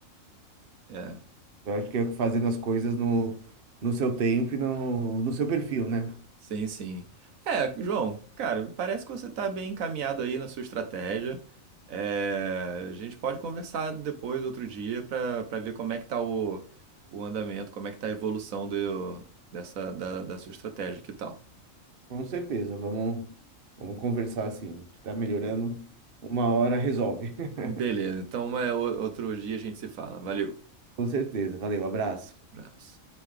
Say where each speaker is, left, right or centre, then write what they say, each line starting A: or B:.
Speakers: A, on the right; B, on the right.
A: é.
B: Eu acho que é fazendo as coisas no, no seu tempo e no, no seu perfil, né?
A: Sim, sim. É, João, cara, parece que você tá bem encaminhado aí na sua estratégia. É, a gente pode conversar depois, outro dia, para para ver como é que tá o, o andamento, como é que tá a evolução do, dessa, da, da sua estratégia, que tal?
B: Com certeza, vamos, vamos conversar assim. Tá melhorando, uma hora resolve. <laughs>
A: Beleza, então é, o- outro dia a gente se fala. Valeu.
B: Com certeza. Valeu, abraço.
A: Abraço.